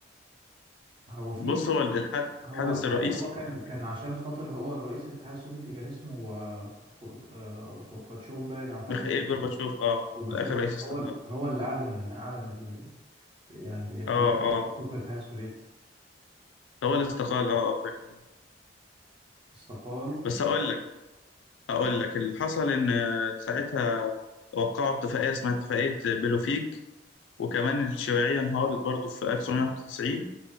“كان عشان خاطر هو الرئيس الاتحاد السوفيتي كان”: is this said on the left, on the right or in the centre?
Right